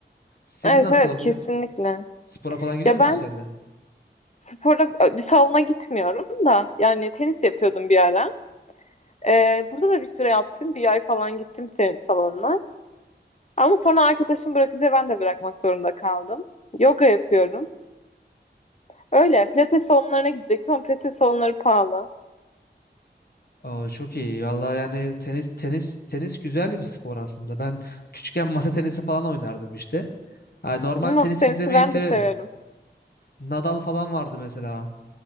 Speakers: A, on the left; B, on the left.
A: Senin
B: Evet
A: nasıl
B: evet
A: oluyor?
B: kesinlikle.
A: Spora falan gidiyor
B: Ya
A: musun
B: ben
A: sen de?
B: spora e, bir salona gitmiyorum da yani tenis yapıyordum bir ara. Ee, burada da bir süre yaptım. Bir ay falan gittim tenis salonuna. Ama sonra arkadaşım bırakınca ben de bırakmak zorunda kaldım. Yoga yapıyorum. Öyle pilates salonlarına gidecektim ama pilates salonları pahalı.
A: Aa, çok iyi. Vallahi yani tenis tenis tenis güzel bir spor aslında. Ben küçükken masa tenisi falan oynardım işte. Ha, normal
B: Masa
A: tenis
B: tenisi
A: izlemeyi
B: ben
A: severim.
B: de severim.
A: Nadal falan vardı mesela.